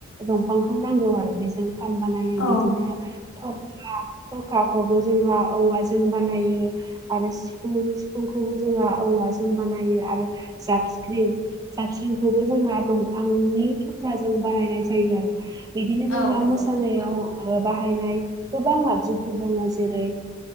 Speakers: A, on the right (about 20°); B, on the left (about 75°).
A: दंफांखौ नांगौ आरो बेजों खाम बानायो
B: औ
A: बिदिनो थरखा थरखाखौबो जोंहा औवाजों बानायो आरो सिफुं सिफुंखौबो जोंहा औवा जों बानायो आरो जाबसख्रिं साबस्रिंखौबो जोंहा दंफांनि थुख्राजों बानायनाय जायो आरो बिदिनो
B: औ
A: जोंहा
B: नंगौ
A: मोसानायाव बाहायनाय गोबां आगजुफोर दङ जेरै